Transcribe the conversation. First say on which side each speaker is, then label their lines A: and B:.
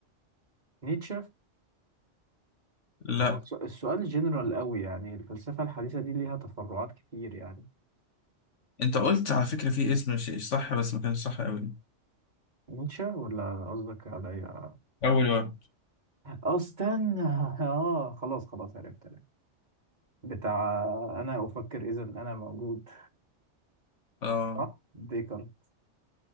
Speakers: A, on the right; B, on the left.
A: نيتشه
B: لا
A: هو الس- السؤال جنرال قوي يعني الفلسفة الحديثة دي ليها تفرعات كتير يعني
B: انت قلت على فكرة في اسم مش صح بس ما كانش صح قوي
A: نيتشه ولا قصدك على إيه؟ اه
B: اول واحد
A: آه، استنى <laughs> اه خلاص خلاص عرفت عرفت بتاع انا افكر اذا انا موجود
B: اه
A: <laughs> صح ديكارت